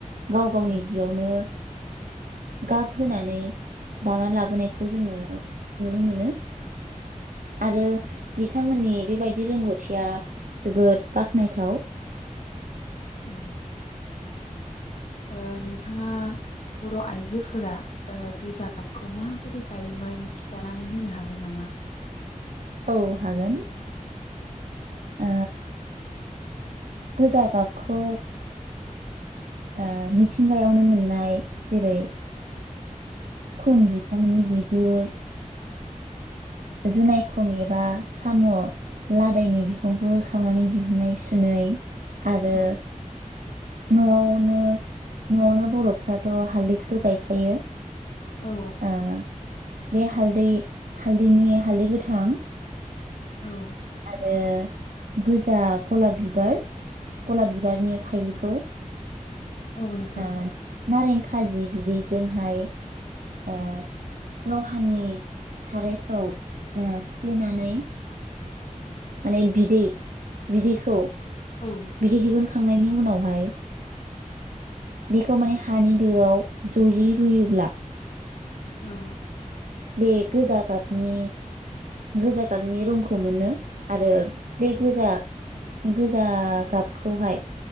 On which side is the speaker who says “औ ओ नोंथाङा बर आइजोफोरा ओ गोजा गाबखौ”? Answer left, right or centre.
Left